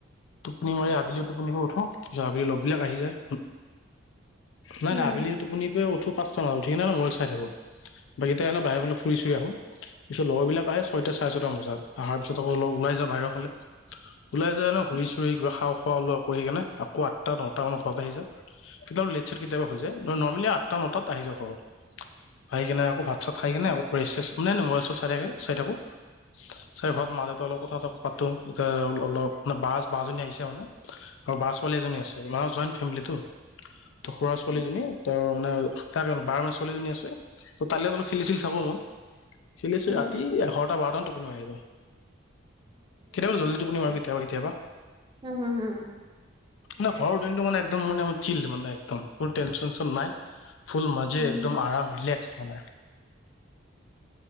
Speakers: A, on the left; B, on the right.
A: টোপনি মাৰি আবেলি টোপনি কৰি উঠো য, আবেলি লগবিলাক আহি যায়। নাই।
B: হুম,
A: নাই। আবেলি টোপনি প উঠো পচ ট মান উঠি ন ম চাই থাকো বাকী এতিয়া বাহ ফুৰি আহো পিছত লগৰ বিলাক আহে ছয়টা চাৰে ছয়টাম বজাত আহাৰ পিছত আকৌ ওলাই যায়। বাহিৰৰ ফালে ওলাই যায় ন, ঘূৰি চুৰি কিবা খা খোৱা ওলোৱা কৰি সেইকাৰনে আকৌ আঠটা নটা মানৰ ঘৰত আহি যাওঁ। কেতিয়াবা লেট চট কেতিয়াবা হৈ যায়। নৰ্মেলি আঠটা নটাত আহি যাওঁ ঘৰত। ভাই কিনে আকৌ ভাত চাত খাই কিনে অলপ ৰেচেছ মানে নোবাইল চত চাই থাকে চাই থাকো। চাই ঘৰত মা দেউতা অলপ কথা পাতো এতিয়া অলপ মানে বাজ বা জনী আহিছে মানে, আৰু বা ছোৱালী এজনী আছে, মান জইণ্ট ফেমিলিটো ত', খুৰা ছোৱালীজনী ত মানে ত বাৰ্ম ছোৱালীজনী আছে। ত', তালৈ অলপ খেলিছিল চাকো মই খেলিছো
B: উম,
A: ৰাতি এঘাৰটা বাৰটামান টোপি মাৰিলোঁ। কেতিয়াবা জল্দি টো কুনিম আৰু কেতিয়াবা কেতিয়াবা
B: উম', হু, হু,
A: মে ঘৰৰ দিনটো মানে একদম মানেিল মানে একদম কোনো টেনচন নশচন নাই। ফুল মাজে
B: হুম,
A: একদম আৰাম ৰিলেস মানে